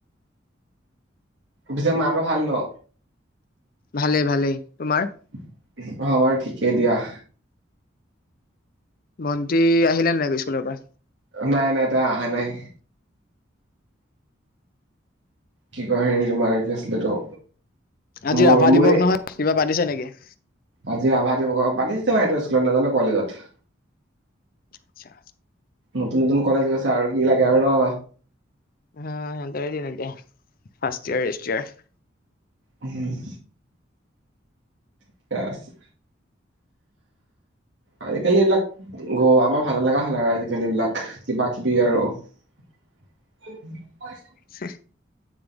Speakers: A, on the right (about 65°); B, on the left (about 50°).
A: পিছে মাৰো ভাল ন?
B: ভালেই, ভালেই তোমাৰ?
A: অ' বাৰু ঠিকেই দিয়া।
B: ভন্তি আহিলে নে নাইক স্কুলৰ পৰা?
A: নাই, নাই তাই আহা নাই। কি বা হেৰি তোমাৰে আছিলে এইটো।
B: আজি
A: মোৰ
B: ৰাভা
A: মোৰে
B: দিৱস নহয় কিবা পাতিছে নেকি?
A: আজি ৰাভা দিৱস পাতিছে মই স স্কুলত নাজানো কলেজত।
B: আচ্ছা।
A: নতুন, নতুন কলেজ গৈছে আৰু কি লাগে আৰু ন।
B: হম এন্ত হদিনন এতিয়া ফাস হ এষ্ট। <unintelligible>
A: উম, ঠিকে আছে আজিকালি এইবিলাক গ আমাৰ ভালা লগা হ'ল আৰু আজিকালি এই বিলাক কিবা কিবি আৰু। <unintelligible>
B: হহ,